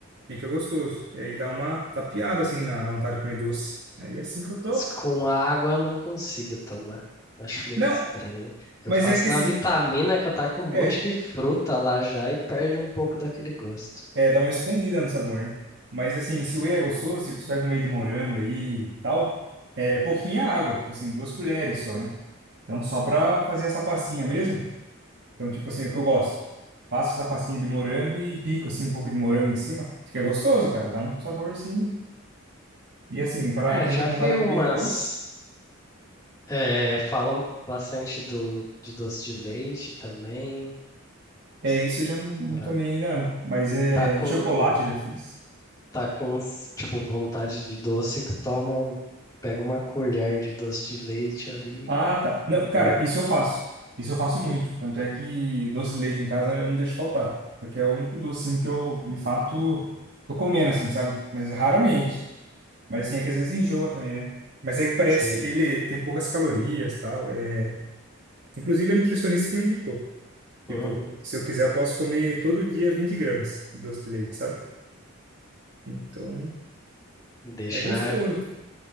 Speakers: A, on the right; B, on the left.
A: fica gostoso. E aí dá uma tapeada assim na, na vontade de comer doce. Aí é assim que eu tô.
B: Com água eu não consigo tomar. Acho meio
A: Não,
B: estranho. Eu
A: mas
B: faço
A: é que assim,
B: na vitamina que eu tá com um
A: é.
B: monte de fruta lá já e perde um pouco daquele gosto.
A: É, dá uma escondida no sabor, né? Mas assim, se o whey é gostoso, tipo, você pega um whey de morango aí e tal, é é pouquinha água, tipo assim, duas colheres só, né? Então, só pra fazer essa pastinha mesmo. Então, tipo assim, é o que eu gosto. Faço essa pastinha de morango e pico, assim, um pouco de morango em cima. Fica gostoso, cara. Dá um sabor, assim. E assim, pra
B: É,
A: quem
B: já
A: tá com
B: vi
A: vontade
B: umas.
A: de comer doce,
B: É, falam bastante do, de doce de leite também.
A: é isso eu já não, não
B: Pra,
A: tomei ainda, não. Mas é
B: tá com,
A: de chocolate eu já fiz.
B: tá com, tipo, vontade de doce que tomam, pega uma colher de doce de leite ali
A: Ah, tá. Não,
B: e boa.
A: cara, isso eu faço. Isso eu faço muito. Tanto é que doce de leite em casa eu não deixo faltar. Porque é o único doce, assim, que eu, de fato, tô comendo, assim, sabe? Mas raramente. Mas, assim, é que às vezes enjoa também, né? Mas é que parece
B: Sei.
A: que ele tem poucas calorias, tal. É... Inclusive, a nutricionista que me indicou. Tipo,
B: Uhum.
A: se eu quiser, eu posso comer todo dia 20 gramas de doce de leite, sabe? Então,
B: Deixar
A: é gostoso.